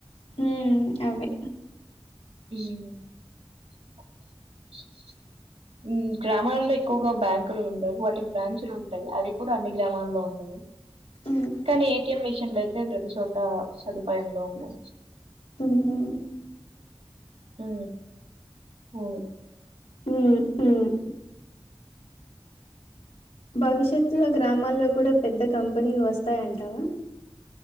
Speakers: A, on the left (about 80°); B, on the right (about 85°).
A: ఉమ్ అవ్వే
B: <inaudible> గ్రామాలలో ఎక్కువగా బ్యాంకులు ఉండవు వాటి బ్రాంచ్లు ఉంటాయి అది కూడా అన్ని గ్రామాల్లో ఉండవు <inaudible>
A: హ్మ్.
B: కానీ ఏటీఎం మిషన్ లో అయితే ప్రతి చోట సదుపాయంలో ఉన్నా
A: అహ
B: ఆ ఉమ్
A: హ్మ్. హ్మ్. భవిష్యత్తులో గ్రామాల్లో కూడా పెద్ద కంపెనీలు వస్తాయంటావా.